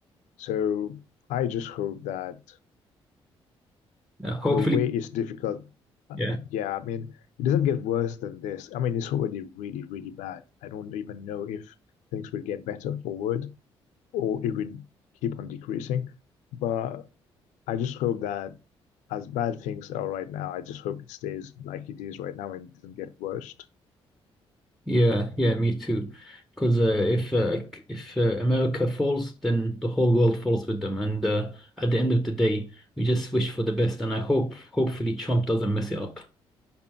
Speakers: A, on the left; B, in the centre.
A: So I just hope that
B: Uh, hopefully.
A: the way is difficult. uh,
B: yeah.
A: Yeah, I mean, it doesn't get worse than this. I mean, it's already really, really bad. I don't even know if things will get better forward or it will keep on decreasing. But I just hope that as bad things are right now, I just hope it stays like it is right now and doesn't get worse.
B: Yeah, yeah, me too. Because uh, if uh, c- if uh, America falls, then the whole world falls with them. And uh, at the end of the day, we just wish for the best. And I hope, hopefully, Trump doesn't mess it up.